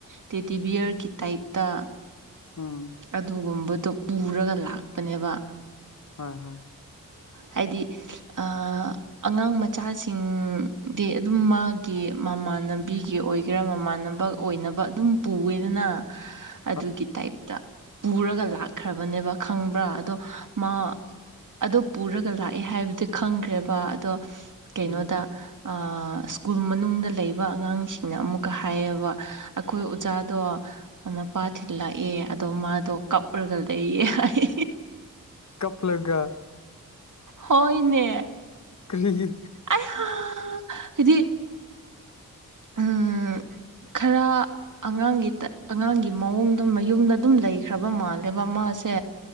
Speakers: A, on the right (about 60°); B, on the left (about 50°).
A: ꯇꯦꯗꯤꯕꯤꯌꯔꯒꯤ ꯇꯥꯏꯞꯇ
B: ꯎꯝ
A: ꯑꯗꯨꯒꯨꯝꯕꯗꯣ ꯄꯨꯔꯒ ꯂꯥꯛꯄꯅꯦꯕ
B: ꯍꯣꯏ ꯍꯣꯏ
A: ꯍꯥꯏꯗꯤ ꯑꯥ ꯑꯉꯥꯡ ꯃꯆꯥꯁꯤꯡꯗꯤ ꯑꯗꯨꯝ ꯃꯥꯒꯤ ꯃꯃꯥꯟꯅꯕꯤꯒꯤ ꯑꯣꯏꯒꯦꯔꯥ ꯃꯃꯥꯟꯅꯕ ꯑꯣꯏꯅꯕ ꯑꯗꯨꯝ ꯄꯨꯋꯦꯗꯅ
B: <inaudible>
A: ꯑꯗꯨꯒꯤ ꯇꯥꯏꯞꯇ ꯄꯨꯔꯒ ꯂꯥꯛꯈ꯭ꯔꯥꯕꯅꯦꯕ ꯈꯪꯕ꯭ꯔꯥ ꯑꯗꯣ ꯃꯥ ꯑꯗꯨ ꯄꯨꯔꯒ ꯂꯥꯛꯑꯦ ꯍꯥꯏꯕꯗꯤ ꯈꯪꯈ꯭ꯔꯦꯕ ꯑꯗꯣ ꯀꯩꯅꯣꯗ
B: ꯎꯝ
A: ꯑꯥ ꯁ꯭ꯀꯨꯜ ꯃꯅꯨꯡꯗ ꯂꯩꯕ ꯑꯉꯥꯡꯁꯤꯡꯅ ꯑꯃꯨꯛꯀꯥ ꯍꯥꯏꯌꯦꯕ ꯑꯈꯣꯏ ꯑꯣꯖꯥꯗꯣ ꯃꯄꯥꯥ ꯊꯤꯜꯂꯛꯑꯦ ꯑꯗꯣ ꯃꯥꯗꯣ ꯀꯞꯔꯒ ꯂꯩꯌꯦ ꯍꯥꯏ
B: <inaudible> ꯀꯞꯂꯒ
A: ꯍꯣꯏꯅꯦ
B: ꯀꯔꯤꯒꯤ
A: ꯑꯌꯥ ꯍꯥꯏꯗꯤ ꯎꯝ ꯈꯔ ꯑꯉꯥꯡꯒꯤ ꯇꯥ ꯑꯉꯥꯡꯒꯤ ꯃꯑꯣꯡꯗꯨꯝ ꯃꯌꯨꯝꯗ ꯑꯗꯨꯝ ꯂꯩꯈ꯭ꯔꯥꯕ ꯃꯥꯜꯂꯦꯕ ꯃꯥꯁꯦ